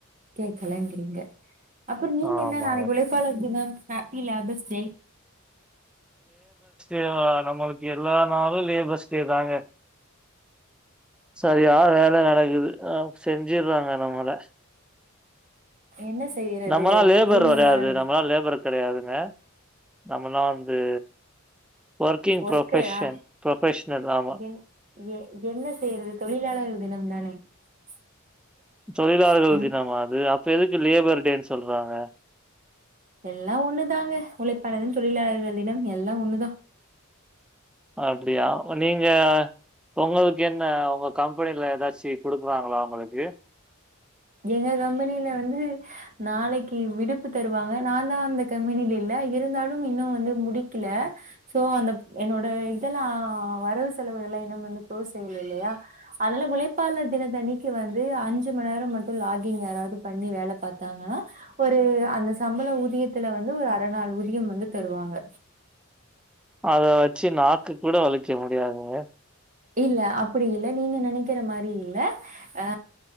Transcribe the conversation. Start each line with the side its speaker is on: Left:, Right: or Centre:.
Right: கேக்கலங்கிறீங்க அப்புறம் நீங்க
Centre: ஆமாங்க
Right: என்ன நாளைக்கு உழைப்பாளர் தினம் ஹாப்பி லேபர்ஸ் டே
Centre: அ நம்மளுக்கு எல்லா நாளும் லேபர்ஸ் டே தாங்க சரியா வேலை நடக்குது அஹ் செஞ்சடுறாங்க நம்மால
Right: என்ன செய்யறது
Centre: நம்மலாம் லேபர்
Right: ஊதிய
Centre: வராது
Right: மரணம்
Centre: நம்மளாம் லேபர் கிடையாதுங்க நம்மலாம் வந்து ஒர்க்கிங்
Right: ஒர்க்கரா
Centre: ப்ரொபஷன் ப்ரொபஷனல் ஆமா
Right: என் எ என்ன செய்யறது தொழிலாளர்கள் <inaudible>
Centre: தொழிலார்கள்
Right: ஆ
Centre: தினமா அது அப்ப எதுக்கு லேபர் டேன்னு சொல்றாங்க
Right: எல்லாம் ஒண்ணுதாங்க உழைப்பாளர்தினம் தொழிலாளர்தினம் எல்லாம் ஒண்ணுதான்
Centre: அப்படியா நீங்க உங்களுக்கு என்ன உங்க கம்பெனில ஏதாச்சும் கொடுக்குறாங்களா உங்களுக்கு
Right: எங்க கம்பெனில வந்து நாளைக்கு விடுப்பு தருவாங்க நான் தான் அந்த கம்பெனில இல்ல இருந்தாலும் இன்னும் வந்து முடிக்கல சோ அந்த என்னோட இதெல்லாம் வரவு செலவுகள் எல்லாம் இன்னும் வந்து க்ளோஸ் செய்யல இல்லையா அதெல்ல உழைப்பாளர் தினத்தணிக்கு வந்து அஞ்சு மணி நேரம் மட் டு லாகிங் யாராவது பண்ணி வேலை பாத்தாங்கன்னா ஒரு அந்த சம்பள ஊதியத்துல வந்து ஒரு அரநாள் ஊதியம் வந்து தருவாங்க
Centre: அத வச்சு நாக்கு கூட வழிக்க முடியாதுங்க
Right: இல்ல அப்படி இல்ல நீங்க நினைக்கிற மாரி இல்ல அ